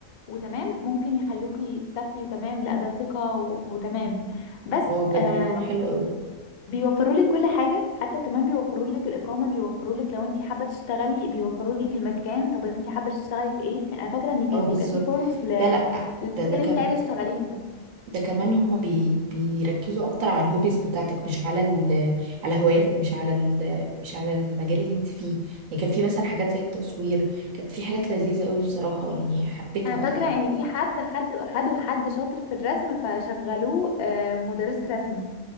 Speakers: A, on the left; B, on the right.
A: وتمام ممكن يخلوكي تسافري وتمام لا ده ثقه و... وتمام بس
B: هو بجد
A: آه
B: بيكون حلو قوي
A: بيوفروا لك كل حاجة حتى كمان بيوفروا لك الإقامة بيوفروا لك لو انت حابة تشتغلي بيوفروا لك المكان طب انت حابة تشتغلي في ايه كان- انا فاكرة ان كان
B: اه بالظبط
A: بيبقى فيه فورمز ل...
B: لا لا
A: للحاجة
B: ده ده
A: اللي
B: كمان
A: انت عايزة تشتغليها
B: ده كمان هما بي بيركزوا اكتر على الهوبيز بتاعتك مش على ال على هواياتك مش على ال مش على المجال اللي انت فيه يعني كان في مثلا حاجات زي التصوير كانت في حاجات لذيذة قوي بصراحة يعني حبيتها
A: انا فاكرة
B: وقتها
A: ان في حد خد خدوا حد شاطر في الرسم فشغلوه آه، مدرس رسم